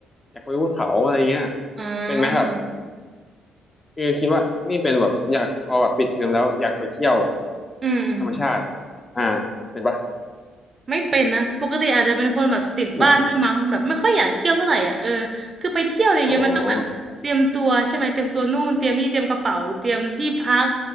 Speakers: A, on the left (about 25°); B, on the right (about 35°).
A: อยากไปภูเขาอะไรเงี้ย
B: อ๋อ
A: เป็นไหมแบบคือคิดว่านี่เป็นแบบอยากพอแบบปิดเทอมแล้วอยากไปเที่ยว
B: อืมอืม
A: ธรรมชาติอ่าเป็นปะ
B: ไม่เป็นนะปกติอาจจะเป็นคนแบบติดบ้านด้วยมั้งแบบไม่ค่อยอยากเที่ยวเท่าไหร่อ่ะเออ
A: เหรอ
B: คือไปเที่ยวอะไรเงี้ยมันต้องแบบเตรียมตัวใช่ไหมเตรียมตัวนู่นเตรียมนี่เตรียมกระเป๋าเตรียมที่พัก
A: อ๋อ